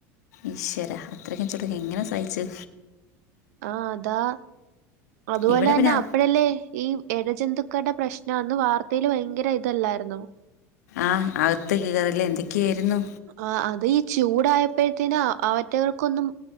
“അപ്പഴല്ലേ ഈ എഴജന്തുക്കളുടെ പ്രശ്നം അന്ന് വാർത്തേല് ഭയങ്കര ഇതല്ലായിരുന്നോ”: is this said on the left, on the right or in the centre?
Right